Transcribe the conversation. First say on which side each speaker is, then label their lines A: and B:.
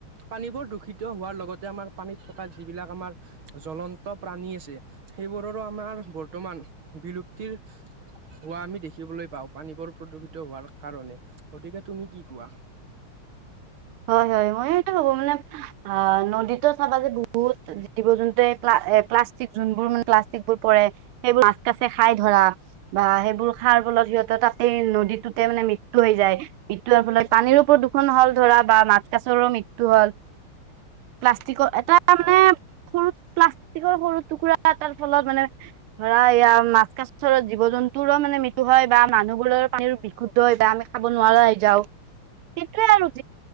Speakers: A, on the right (about 70°); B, on the right (about 80°).
A: পানীবোৰ দূষিত, হোৱাৰ লগতে আমাৰ পানীত থকা যিবিলাক আমাৰ জ্বলন্ত প্ৰাণী আছে সেইবোৰৰো আমাৰ বৰ্তমান বিলুপ্তিৰ হোৱা আমি দেখিবলৈ পাওঁ পানীবোৰ প্ৰদূষিত হোৱাৰ কাৰণে গতিকে- তুমি কি কোৱা?
B: <inaudible> হয় হয় মই সেইটো ভাবো মানে আ নদীতো চাবা যে বহুত জীৱ জন্তুৱে এ প্লাষ্টিক যোৰ মান প্লাক বোৰ প সেইবোৰ মাছ খাই ধৰা বা সেইবোৰ খ ফলত সিহঁত তাতেই নদীটোতে মানে মৃত্যু হৈ যায় মৃত্যু হোৱাৰ ফলত পানীৰোওদূষণ হ'ল ধৰা বা মাছ কাছৰ মৃত্যু হ'ল প্লাষ্টিক ধৰা মানে
A: হয়
B: সৰু প্লাষ্টিকৰ সৰু টুকুৰা তাৰ ফলত মানে ধৰা এৰা মাছ কছৰত জীৱ জন্তুৰো মানে মৃত্যু হয় বা মানুহবোৰৰে বিশুদ্ধ হয় বা আমি খাব নোৱাৰা হৈ যাও সেইটোয়ে আৰু